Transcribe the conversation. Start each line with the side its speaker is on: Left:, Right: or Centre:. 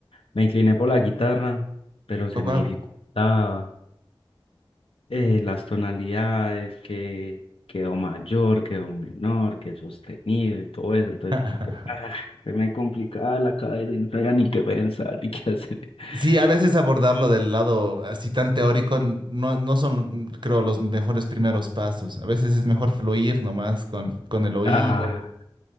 Left: me incliné por la guitarra, pero se
Right: Oh, wow.
Left: me dificultaba. eh, las tonalidades, que quedó mayor, quedó menor, que sostenido y todo eso. Entonces,
Right: <laughs>
Left: que, ah, se me complicaba la cabeza y no sabía ni qué pensar ni qué hacer. <laughs>
Right: Sí, a veces abordarlo del lado así tan teórico n- no, no son, creo, los mejores primeros pasos. A veces es mejor fluir nomás con, con el oído,
Left: Ah,